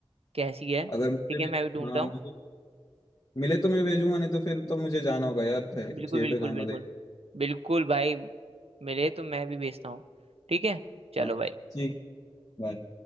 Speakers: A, on the right (about 80°); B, on the left (about 35°).
A: कैसी है ठीक
B: अगर मुझे
A: है
B: भी
A: मैं भी ढूंढता
B: हाँ
A: हूँ
B: मुझे तो, मिले तो मैं भेजूंगा नहीं तो फिर तो मुझे जाना होगा यार थिएटर
A: बिल्कुल बिल्कुल
B: जाऊंगा
A: बिल्कुल
B: देख
A: बिल्कुल भाई मिले तो मैं भी भेजता हूँ ठीक है चलो
B: हाँ
A: भाई
B: ठीक बाय